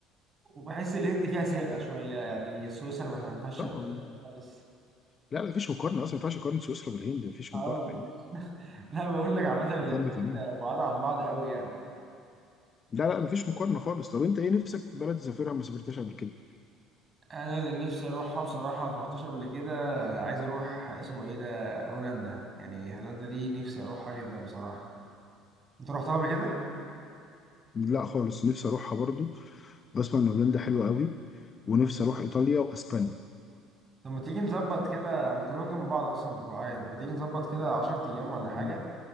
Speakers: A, on the right; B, on the left.
A: وبحس الهند فيها سرقه شويه يعني سويسرا ما كان ما فيهاش
B: طبعا
A: سرقه خالص
B: لا لا مفيش مقارنة اصلا ما ينفعش اقارن سويسرا بالهند مفيش
A: اه
B: مقارنة يعني
A: لا بقول لك عامه
B: مفيش
A: الاتنين
B: مقارنة تماما
A: بعاد عن بعض قوي يعني
B: لا لا مفيش مقارنة خالص طب انت ايه نفسك بلد تسافرها ما سافرتهاش قبل كده
A: انا اللي نفسي اروحها بصراحه ما رحتش قبل كده عايز اروح اسمه ايه ده هولندا يعني هولندا دي نفسي اروحها جدا بصراحه انت رحتها قبل كده
B: لا خالص نفسي اروحها برضو بسمع ان هولندا حلوة قوي ونفسي اروح ايطاليا واسبانيا
A: طب ما تيجي نظبط كده هم كلهم جنب بعض اصلا مش بعاد ما تيجي نظبط كده 10 ايام ولا حاجه
B: مم.